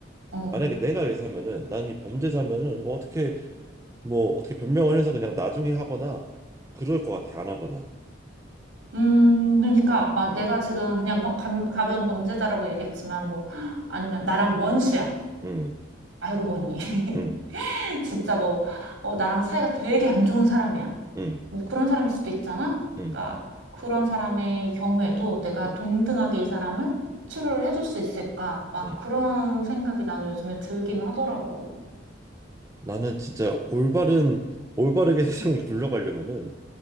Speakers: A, on the right; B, on the right.
A: 어.
B: 만약에 내가 의사면은 난 이 범죄자면은 뭐 어떻게 뭐 어떻게 변명을 해서 그냥 나중에 하거나 그럴 것 같아 안 하거나
A: 음, 그러니까 막 내가 지금 그냥 버- 감- 가벼운 범죄자라고 얘기했지만 뭐 <gasps>
B: 음,
A: 아니면 나랑 원수야.
B: 음,
A: 알고 보니 <laughs>
B: 음,
A: 진짜 뭐 어, 나랑 사이가 되게 안 좋은 사람이야.
B: 음,
A: 뭐 그런 사람일 수도 있잖아.
B: 음,
A: 그러니까 그런 사람의 경우에도 내가
B: 음,
A: 동등하게 이 사람을 치료를 해줄 수 있을까? 막
B: 음.
A: 그런 생각이 나는 요즘에 들긴 하더라고.
B: 나는 진짜 올바른 올바르게 <laughs> 세상이 굴러가려면은